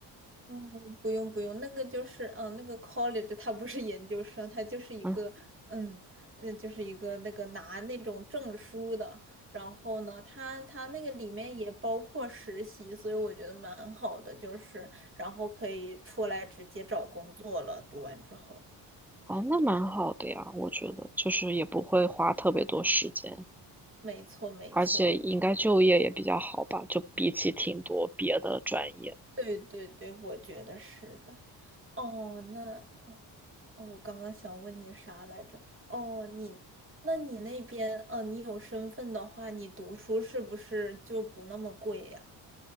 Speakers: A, on the right; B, in the centre.
A: 嗯，不用不用，那个就是，嗯，那个 college 它不是研究生，它就是一个，
B: 嗯，
A: 嗯嗯，就是一个那个拿那种证书的。然后呢，它它那个里面也包括实习，所以我觉得蛮好的，就是然后可以出来直接找工作了。读完之后，
B: 哦，那蛮好的呀，我觉得就是也不会花特别多时间，
A: 没错没错，
B: 而且应该就业也比较好吧，就比起挺多别的专业。
A: 对对对，我觉得是的。哦，那哦，我刚刚想问你啥来着？哦，你，那你那边，哦，你有身份的话，你读书是不是就不那么贵呀？